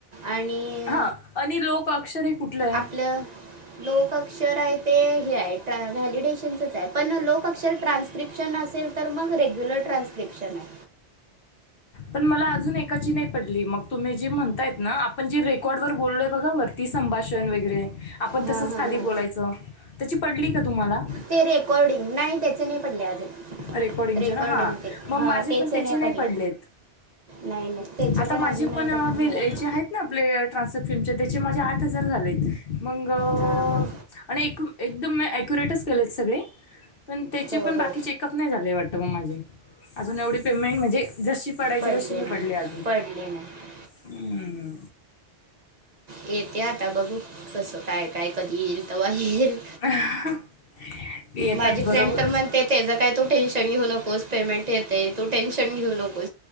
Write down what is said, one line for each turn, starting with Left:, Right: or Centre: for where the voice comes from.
Right: आणि
Left: हा आणि लोक अक्षर हे कुठलं आहे
Right: आपलं लोक अक्षर आहे ते हे आहे व्हॅलिडेशनचच आहे पण लोक अक्षर ट्रान्स्क्रिप्शन असे तर मग रेग्युलर ट्रान्स्क्रिप्शन आहे.
Left: पण मला अजून एकाची नाही पडली. मग तुम्ही जे म्हणताय ना आपण जी रेकॉर्ड वर बोललोय बघा. ती संभाषण वगैरे आपण
Right: हां
Left: तसंच
Right: हां
Left: खाली
Right: हां
Left: बोलायचं त्याची पडली का तुम्हाला?
Right: तेरे अकॉर्डिंग नाही त्याचे नाही पडले अजून.
Left: रेकॉर्डिंगचे
Right: रेकॉर्डिंग
Left: ना हां
Right: ते
Left: मग
Right: हा
Left: माझे
Right: तेच
Left: पण
Right: नाही
Left: त्याचे
Right: पडले.
Left: पडलेत
Right: नाही नाही त्याचे
Left: आता
Right: पण
Left: माझे
Right: अजून नाही
Left: अं,
Right: पडले
Left: वेल
Right: मला
Left: याचे
Right: पण.
Left: आहेत आपले ट्रान्स फिमच्या त्याचे माझे आठ हजार झालेत मग आणि
Right: हां हां
Left: एक एकदम अॅक्युरेटच केलेत सगळे पण त्याचे
Right: हो
Left: पण बाकीचेक
Right: हो
Left: कप नाही झालेय वाटतं मग माझे अजून एवढी पेमेंट म्हणजे जशी पडायची
Right: पडले
Left: तशी नाही पडली अजून
Right: पडले नाही
Left: हम्म.
Right: येते आता बघू कसं काय काय कधी येईल तर वा येल
Left: <unintelligible>
Right: माझी फ्रेंड
Left: बरोबर
Right: तर म्हणते त्याच काय तू टेन्शन घेऊ नकोस पेमेंट येते तू टेन्शन घेऊ नको.